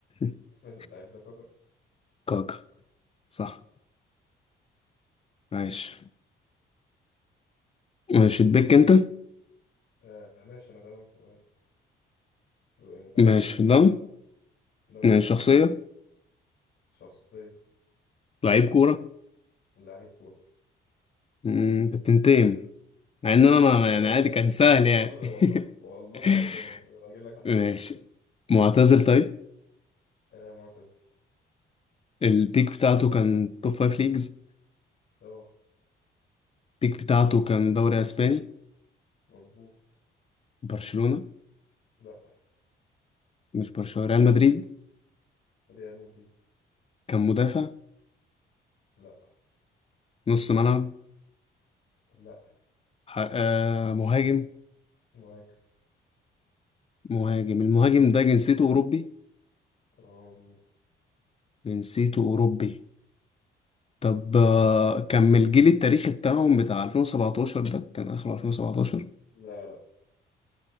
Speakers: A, on the left; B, on the left.
A: <laughs>
B: <laughs> اللعيب ده كاكا
A: كاكا صح عايش ماشي تبيك انت
B: آه ماشي أنا تمام في يعني تمام
A: ماشي
B: على طول
A: دم
B: ده
A: ماشي
B: من-
A: شخصية
B: شخصية
A: لعيب كورة
B: لعيب كورة
A: مم، انت بتنتقم مع ان انا ما
B: لا
A: يعني
B: والله
A: عادي كان
B: ابدا
A: سهل يعني
B: ابدا والله والله
A: <laughs>
B: ابدا والله انا هجيب لك حد
A: ماشي
B: لذيذ والله
A: معتزل طيب
B: آه معتزل
A: البيك بتاعته كان توب فايف ليجز
B: اه
A: البيك بتاعته كان دوري اسباني
B: مظبوط
A: برشلونة
B: لا
A: مش برشلونة ريال مدريد
B: ريال مدريد
A: كان مدافع
B: لا
A: نص ملعب
B: لا
A: ح- آه مهاجم
B: مهاجم
A: مهاجم المهاجم ده جنسيته اوروبي
B: اه مظبوط
A: جنسيته اوروبي طب آه، كان من الجيل التاريخي بتاعهم بتاع 2017 ده كان اخر 2017
B: لا لا